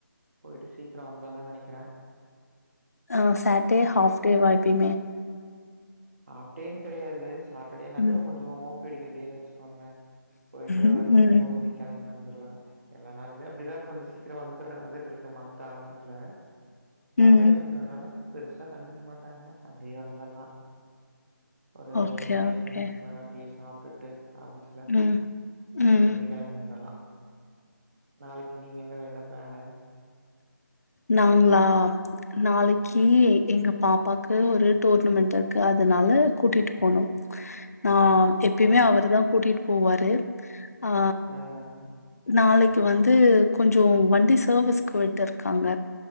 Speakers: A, on the right; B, on the left.
A: போயிட்டு சீக்ரோ வந்துர்லா நெனைக்குறே
B: அ சாட்டே ஹாஃப் டேவா எப்பயுமே
A: ஆஃப்டேன் கெடையாது சாட்டர்டேனாவே
B: ம்
A: கொஞ்சோ ஓபி அடிக்கிற டேனு வச்சுக்கோங்ளே போயிட்டு
B: ம்
A: ஒ ரெண்டு
B: ம்
A: மணி மூனு மணிக் கெளம்பி வந்துர்லா எல்லா நாளுமே அப்டிதா கொஞ்சோ சீக்ரோ வந்துர்ற வந்துட்ருக்க மந்த் ஆரம்பத்துல சாட்டர்டேங்குறதுனால
B: ம்.
A: பெருசா கண்டுக் மாட்டாங்க அப்டியே வந்துர்லா ஒரு
B: ஓகே
A: ஒரு மணி
B: ஓகே
A: ரெண்டு மணிக்கு மேல அப்டியே சாப்டுட்டு ஆபீஸ்ல
B: ம் ம்
A: அப்டியே கெளம்பி வந்துர்லா நாளைக்கு நீங்க எங்கவ் என்ன பிளானு
B: நாங்ளா நாளைக்கீ
A: ம்
B: எங்க பாப்பாக் கு ஒரு டோர்னமெண்ட் இருக்கு அதுனால கூட்டிட்டு போனூ நா எப்பயுமே
A: ஓ
B: அவருதா கூட்டிட்டு போவாரு ஆ
A: ம்
B: நாளைக்கு வந்து கொஞ்சோ வண்டி சர்வீஸ்க்கு விட் டுர்க்காங்க